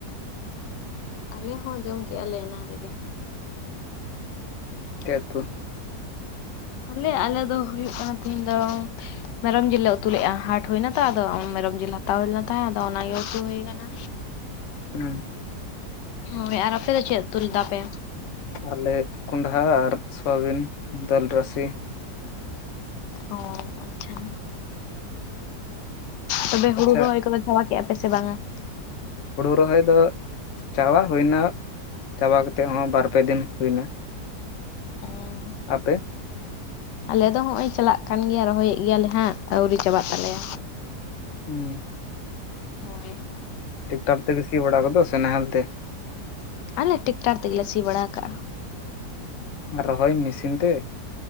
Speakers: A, on the left; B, on the left.
A: ᱟᱞᱮ ᱦᱚᱸ ᱡᱚᱢ ᱠᱮᱜᱼᱟ ᱞᱮ ᱮᱱᱟ ᱨᱮᱜᱮ᱾
B: ᱪᱮᱫ ᱩᱛᱩ?
A: ᱟᱞᱮ ᱟᱞᱮ ᱫᱚ ᱦᱩᱭᱩᱜ ᱠᱟᱱ ᱛᱤᱦᱤᱧ ᱫᱚ ᱢᱮᱨᱚᱢ ᱡᱤᱞ ᱞᱮ ᱩᱛᱩ ᱞᱮᱜᱼᱟ ᱦᱟᱴ ᱦᱩᱭᱱᱟ ᱛᱚ ᱟᱫᱚ ᱢᱮᱨᱚᱢ ᱡᱤᱞ ᱦᱟᱛᱟᱣ ᱦᱩᱭ ᱞᱮᱱ ᱛᱟᱦᱮᱸ ᱟᱫᱚ ᱚᱱᱟᱜᱮ ᱩᱛᱩ ᱦᱩᱭ ᱠᱟᱱᱟ᱾
B: ᱦᱩᱸ ᱾
A: ᱦᱳᱭ ᱟᱨ ᱟᱯᱮ ᱫᱚ ᱪᱮᱫ ᱩᱛᱩ ᱞᱮᱫᱟ ᱯᱮ?
B: ᱟᱞᱮ ᱠᱚᱸᱰᱦᱟ ᱟᱨ ᱥᱳᱣᱟᱵᱤᱱ ᱫᱟᱹᱞ ᱨᱟᱥᱮ᱾
A: ᱚ ᱟᱪᱪᱷᱟ ᱛᱚᱵᱮ ᱦᱩᱲᱩ
B: ᱟᱪᱪᱷᱟ
A: ᱨᱚᱦᱚᱭ ᱠᱚᱫᱚ ᱪᱟᱵᱟ ᱠᱮᱜᱼᱟ ᱯᱮ ᱥᱮ ᱵᱟᱝᱟ ᱾
B: ᱦᱳᱲᱩ ᱨᱚᱦᱚᱭ ᱫᱚ ᱪᱟᱵᱟ ᱦᱩᱭᱱᱟ ᱪᱟᱵᱟ ᱠᱟᱛᱮ ᱦᱚᱜᱚᱭ ᱵᱟᱨᱯᱮ ᱫᱤᱱ ᱦᱩᱭ ᱮᱱᱟ ᱾
A: ᱚ ᱾
B: ᱟᱯᱮ?
A: ᱟᱞᱮ ᱫᱚ ᱦᱚᱜᱼᱚᱭ ᱪᱟᱞᱟᱜ ᱠᱟᱱ ᱜᱮᱭᱟ ᱨᱚᱦᱚᱭᱮᱫ ᱜᱮᱭᱟᱞᱮ ᱦᱟᱸᱜ ᱟᱹᱣᱨᱤ ᱪᱟᱵᱟᱜ ᱛᱟᱞᱮᱭᱟ᱾
B: ᱦᱩᱸ ᱾
A: ᱦᱳᱭ ᱾
B: ᱴᱮᱠᱴᱟᱨ ᱛᱮᱜᱮ ᱥᱤ ᱵᱟᱲᱟ ᱠᱚᱫᱚ ᱥᱮ ᱱᱟᱦᱮᱞ ᱛᱮ?
A: ᱟᱞᱮ ᱴᱮᱠᱴᱟᱨ ᱛᱮᱜᱮ ᱞᱮ ᱥᱤ ᱵᱟᱲᱟ ᱠᱟᱜᱼᱟ ᱾
B: ᱨᱚᱦᱚᱭ ᱢᱮᱥᱤᱱ ᱛᱮ